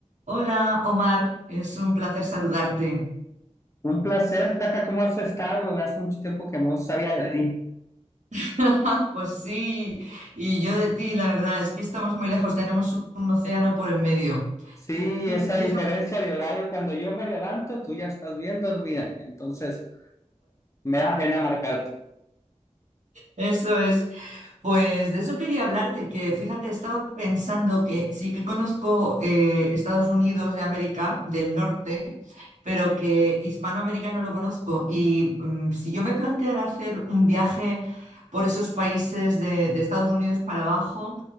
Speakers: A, on the right (about 85°); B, on the left (about 25°).
A: Hola, Omar, es un placer saludarte.
B: Un placer, Flaca, ¿cómo has estado? Hace mucho tiempo que no sabía de ti.
A: <laughs> Pues sí, y yo de ti, la verdad, es que estamos muy lejos, tenemos un océano por en medio.
B: Sí,
A: Y
B: esa
A: precisamente
B: diferencia de horario, cuando yo me levanto, tú ya estás bien dormida, entonces me da pena marcarte.
A: eso es. Pues de eso quería hablarte, que fíjate, estaba pensando que sí que conozco eh, Estados Unidos de América, del norte, pero que Hispanoamérica no lo conozco. Y mm, si yo me planteara hacer un viaje por esos países de, de Estados Unidos para abajo,